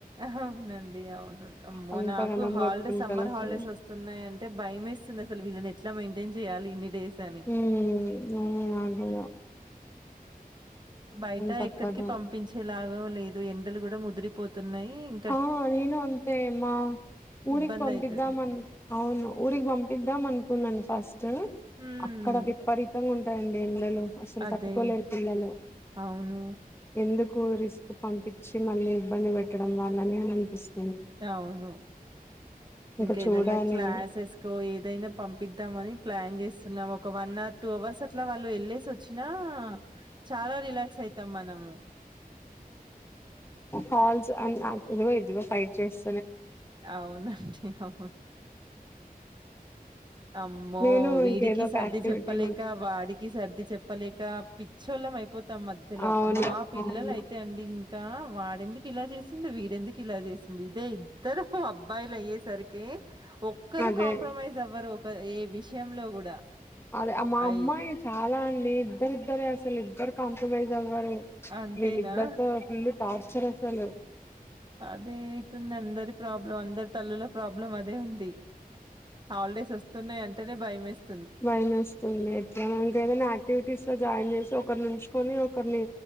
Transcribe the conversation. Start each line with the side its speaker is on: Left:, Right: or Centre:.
Right: అవునండి అవును అమ్మో
Left: అంతగానం
Right: నాకు హాలిడేస్
Left: కొట్టుకుంటారు
Right: సమ్మర్
Left: అసలు
Right: హాలిడేస్
Left: ఉమ్
Right: వస్తున్నాయ అంటే భయమే స్తుంది అసలు వీళ్ళని ఎట్లా మయింటైన్ చేయి ఇన్ని డేస్ అని.
Left: హుమ్ అవును నాకూడా
Right: బయట
Left: తప్పదు
Right: ఎక్కడికి పంపించేలాగ లేదు ఎండలు కూడా ముదిరిపోతున్నాయి ఇం
Left: ఆ నేను అంతే మా ఊరికి
Right: ఇబ్బందయితది.
Left: పంపిద్దామని అవును ఊరికి పంపిద్దాం అనుకున్నాను ఫస్ట్
Right: హ్మ్.
Left: అక్కడ విపరీతంగా ఉంటాయండి ఎండలు అసలు
Right: అదే.
Left: తట్టుకోలేరు పిల్లలు
Right: అవును.
Left: ఎందుకు రిస్క్ పంపించి మళ్ళీ ఇబ్బంది పెట్టడం వాళ్ళని అని అనిపిస్తుంది
Right: అవును
Left: ఇంకా
Right: ఇంకేదైనా
Left: చూడాలి
Right: క్లాసెస్కో ఏదైనా పంపిద్దామని ప్లాన్ చేస్తున్నాం ఒక వన్ అవర్ టూ అవర్స్ అట్లా వాళ్ళు వెళ్ళేసి వచ్చినా చాలా రిలాక్స్ అయితాం మనము
Left: హాల్స్ అ ఇదిగో ఇదిగో ఫైట్ చేస్
Right: అవును అండి అవును అమ్మో
Left: నేను
Right: వీడికి
Left: ఇంకేదో ఒక
Right: సర్ది
Left: యాక్టివిటీ
Right: చెప్పలేక వాడికి సర్ది చెప్పలేక పిచ్చోలం అయిపో మొత్తం మధ్యలో
Left: అవును
Right: మా పిల్లలు
Left: అవును
Right: అయితే అండి ఇంకా వాడెందుకు ఇలా చేసింది వీడెందుకు ఇలా చేసింది ఇదే ఇద్దరు అబ్బాయిలు అయ్యేసరికి ఒక్కరు
Left: అదే
Right: కాంప్రమైజ్ అవ్వరు ఒక ఏ విషయంలో కూడా
Left: అదే మా
Right: అయి
Left: అమ్మాయి చాలా అండి ఇద్దరిద్దర అసలు ఇద్దరు కాంప్రమైజ్ అవ్వారు
Right: అంతేనా
Left: వీళ్ళిద్దరితో ఫుల్ టార్చర్ అసలు
Right: అదే అయితుంది అందరి ప్రాబ్లం అందరి తల్లులో ప్రాబ్లం అదే ఉంది హాలిడేస్ వస్తున్నాయి అంటేనే భయం వేస్త
Left: భయని వస్తుంది ఎ ఇంకేదైనా యాక్టివిటీస్ లో జాయిన్ చేసి ఒకరి నుంచుకొని ఒకరిని